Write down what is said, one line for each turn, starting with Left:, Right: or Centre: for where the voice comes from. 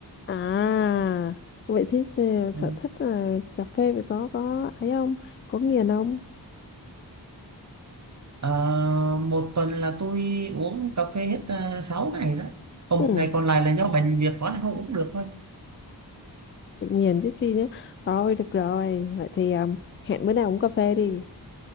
Left: à vậy thì ờ, sở
Right: Ừ.
Left: thích là cà phê phải có có ấy không có nghiền không
Right: Ờ, một tuần là tôi uống cà phê hết uh, 6 ngày đó. Còn
Left: ừ
Right: một ngày còn lại là do bệnh việc đó nên không uống được thôi.
Left: tự nhiên tí chi nhé thôi được rồi vậy thì um, hẹn bữa nào uống cà phê đi